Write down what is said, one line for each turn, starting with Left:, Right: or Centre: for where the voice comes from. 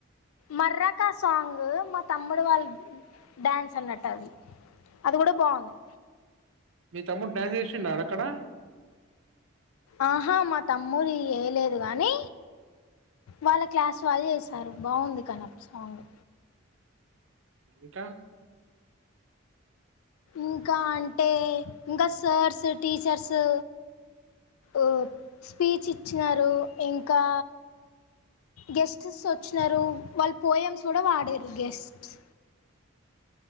Left: మర్రకా సాంగ్ మా తమ్ముడు వాళ్ళ డాన్స్ అన్నట్టు అది అది కూడా బాగుంది.
Right: మీ తమ్ముడు డ్యాన్స్ చేసిండాడు అక్కడా
Left: ఆహా మా తమ్మురి వేయ్యలేదు గాని వాళ్ళ క్లాస్ వాళ్ళు చేసారు బాగుంది కానది సాంగ్
Right: ఇంకా
Left: ఇంకా అంటే ఇంకా సార్స్ టీచర్సు ఒప్ స్పీచ్ ఇచ్చినారు ఇంకా గెస్ట్స్ వచ్చినారు వాళ్ళు పోయంమ్స్ కూడా వాడిర్రు గెస్ట్స్